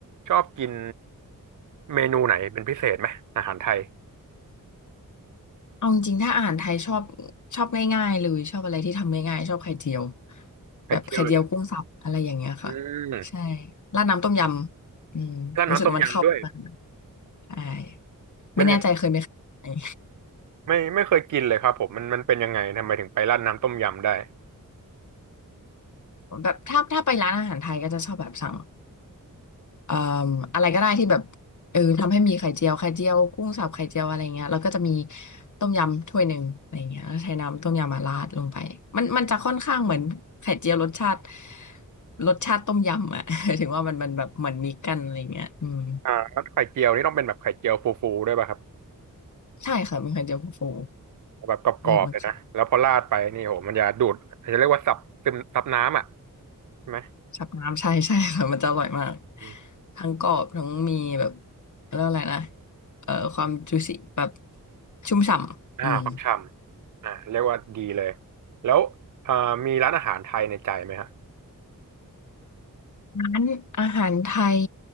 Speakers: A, on the right (about 65°); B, on the left (about 60°).
A: ชอบกินเมนูไหนเป็นพิเศษไหมอาหารไทย
B: เอาจริงๆถ้าอาหารไทยชอบชอบง่ายๆเลยชอบอะไรที่ทำง่ายๆชอบไข่เจียว
A: ไข่เจียวเลยเหรอ
B: แบบไข่เจียวกุ้งสับอะไรอย่างเงี้ยค่ะ
A: อืม
B: ใช่ราดน้ำต้มยำอืมรู้สึกว่ามันเข้ากัน
A: ก็น้ำต้มยำด้วย
B: ใช่
A: เป็นยังง
B: ไม่แน่ใจเคยไหมเคย
A: ไม่ไม่เคยกินเลยครับผมมันมันเป็นยังไงทำไมถึงไปราดน้ำต้มยำได้
B: <laughs> แบบถ้าถ้าไปร้านอาหารไทยก็จะชอบแบบสั่ง เอ่ออะไรก็ได้ที่แบบเออทำให้มีไข่เจียวไข่เจียวกุ้งสับไข่เจียวอะไรเงี้ยแล้วก็จะมีต้มยำถ้วยหนึ่งอะไรเงี้ยแล้วใช้น้ำต้มยำมาราดลงไปมันมันจะค่อนข้างเหมือนไข่เจียวรสชาติรสชาติต้มยำอ่ะ <laughs> ถึงว่ามันมันแบบเหมือนมิกกันอะไรเงี้ยอืม
A: อ่าแล้วไข่เจียวนี่ต้องเป็นแบบไข่เจียวฟูๆด้วยป่ะครับ
B: ใช่ค่ะเป็นไข่เจียวฟู
A: แบบกรอบๆเลยนะแล้วพอราดไปนี่โหมันจะดูดจะเรียกว่าซับซึมซับน้ำอ่ะ
B: รู้สึกว่า
A: ใช่ไหม
B: ชับน้ำใช่ใช่ค่ะมันจะอร่อยมาก
A: อม
B: ทั้งกรอบทั้งมีแบบเรียกว่าอะไรนะเอ่อความจุสิแบบชุ่มฉ่ำอืม
A: อ่าความฉ่ำอ่าเรียกว่าดีเลยแล้วอ่ามีร้านอาหารไทยในใจไหมฮะ
B: ร้านอาหารไทย